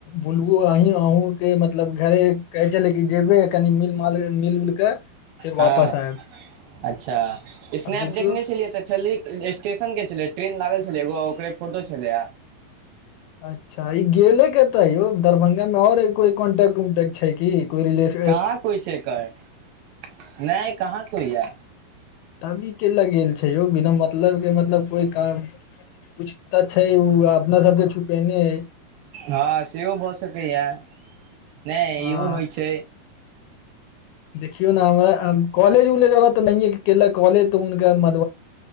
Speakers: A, on the left; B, on the right.
A: बुल अहीं अहूँ के मतलब घरे कहे छले क जेबे कनी मिल मिल उलके फेर
B: हँ
A: वापस आयब
B: अच्छा स्नैप
A: आब देखियौ
B: देखने छलियै तऽ स्टेशन के छलै ट्रेन लागल छलै एगो ओकरे फोटो छलै
A: अच्छा ई गेले केते यौ दरभंगा मे और कोई कॉन्टेक्ट उन्टेक्ट छै कि कोई रिलेशं
B: कहाँ कोइ छै एकर नहि कहाँ कोइ य
A: तब ई केयला गेल छै यौ बिना मतलब के मतलब कोइ काम कुछ तऽ छै ओ अपना सबके छुपेने एय
B: हँ सेहो भऽ सकैए नहि
A: आ
B: इहो होइ छै
A: देखियौ ने हमरा कॉलेज उलेज वला तऽ नहि केल कॉलेज तऽ हुनका म